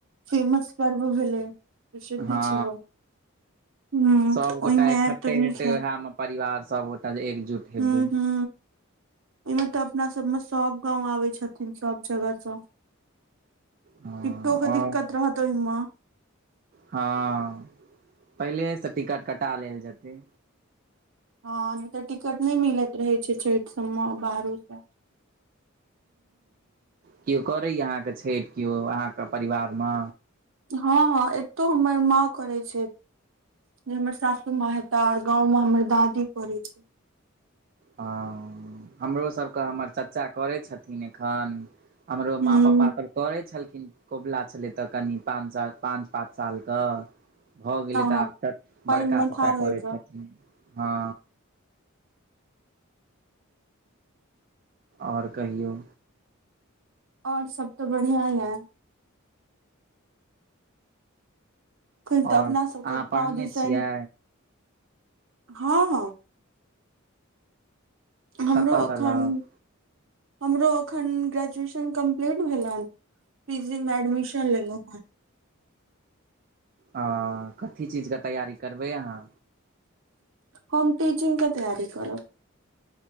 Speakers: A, on the right; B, on the right.
A: फेमस पर्व भेलै प्रसिद्ध
B: हँ
A: छै ओ ह
B: सभगोटा
A: ओहिमे
B: इकट्ठे
A: आयब तऽ नीक
B: हेतै
A: हैत
B: उएहमे परिवार सभगोटा जे एकजुट हेबै
A: ह ह इमे तऽ अपना सबमे सब गाँंव आबे छथिन सब जगह स
B: हँ
A: टिक्टो
B: आओर
A: के दिक्कत रहतओहि मे
B: हँ पहिलेसँ टिकट कटा लेल जेतै
A: हँ नहि तऽ टिकट नहि मिलैत रहे छै छैठ सबमे बाहरो से
B: किओ करैए अहाँके छैठ केओ अहाँके परिवारमे
A: हँ हँ एतौ हमर माँ करै छै जे हमर सासू म हता आर गाँंवं हमर दादी करै छै
B: हँ हमरोसभके हमर चर्चा करै छथिन एखन हमरो
A: हूं
B: मा पप्पा करै छलखिन कोबला छलै तऽ कनि पाँच साल पाँच पाँच साल के भऽ गेलै
A: हँ
B: तऽ
A: हँ
B: आब तऽ
A: पानि
B: बड़का
A: मे
B: चचा
A: ठाढ़ होय
B: करै
A: कऽ
B: छथिन हँ ओर कहियौ
A: आओर सबत बढ़िया यै खन तऽ
B: आओर
A: अपना सबके
B: अहाँ पढ़ने
A: गाँव दिसन
B: छियै
A: हँ हँ हमरो
B: कतय
A: एखन
B: तलक
A: हमरो एखन ग्रेजुएशन कम्प्लीट भेल हन पीजी में एडमिशन लेलेहु हन
B: हं कथी चीजके तैयारी करबै अहाँ
A: हम टीचिंग के तैयारी करब